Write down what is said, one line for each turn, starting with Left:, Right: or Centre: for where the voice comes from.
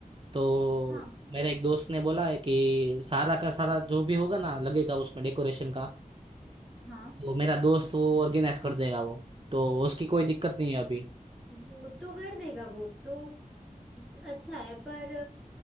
Right: तो
Centre: हाँ
Right: मेरे एक दोस्त ने बोला है कि सारा का सारा जो भी होगा ना लगेगा उसमें डेकोरेशन का
Centre: हाँ
Right: तो मेरा दोस्त वो ऑर्गेनाइज कर देगा वो तो उसकी कोई दिक्कत नहीं है अभी
Centre: वो तो कर देगा वो तो इस- अच्छा है पर